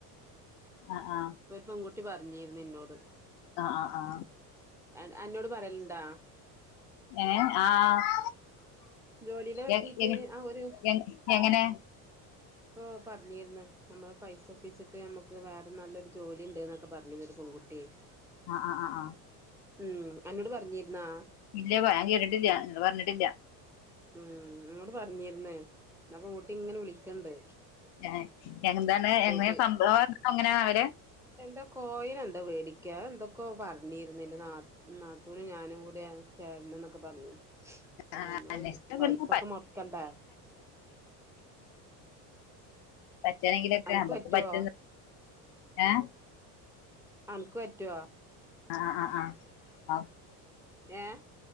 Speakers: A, on the left; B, in the centre.
A: അ ആ
B: പ്പൊര് പെങ്കുട്ടി പറഞ്ഞീര്ന്ന്ന്നോട്
A: അ അ ആ
B: അൻ അന്നോട് പറയലുണ്ടാ?
A: ഏഹ് ആഹ്
B: ജോലിനെ പറ്റിട്ട്
A: എങ്
B: ആ ഒരു
A: എങ് എങ്ങനെ?
B: ഇപ്പൊ പറഞ്ഞീര്ന്ന് നമ്മള് പൈസ ഒപ്പിച്ചിട്ട് നമ്മുക്ക് വേറെ നല്ലൊരു ജോലിണ്ട്ന്ന് ഒക്കെ പറഞ്ഞീര്ന്നു. <unintelligible>
A: ആഹ് ആഹ് ആഹ് അഹ്
B: ഉം അന്നോട് പറഞ്ഞിരു ന്നോ?
A: ഇല്ല പ- ഞാൻ കേട്ടിട്ടില്ല നിങ്ങള് പറഞ്ഞിട്ടില്ല
B: ഉം എന്നോട് പറഞ്ഞി രുന്ന്. അപ്പോ പെങ്കുട്ടിങ്ങനെ വിളിക്ക്ണ്ട്.
A: ഏഹ് എന്താണ് എങ്ങനെയാ
B: ചേ
A: സംഭവം എങ്ങനെയാണവര്?
B: എന്താ <unintelligible> എന്താ വേടിക്ക എന്തൊക്കോ പറഞ്ഞിര്ന്ന് എന്റെ നാ നാത്തൂനും ഞാനും കൂടെ ചേരണംന്നൊക്കെ പറഞ്ഞു.
A: <unintelligible>
B: പിന്നെ നമ്മള് പൈസൊക്കെ
A: <unintelligible>
B: മൊടക്കണ്ടേ
A: പറ്റണെങ്കിലൊക്കെ
B: അനക്ക്
A: അമ്മക്ക്
B: പറ്റുവോ
A: പറ്റു ഏഹ്
B: അൻക്ക് പറ്റോ?
A: അഹ് അഹ് ആഹ് ആഹ്
B: ഏഹ്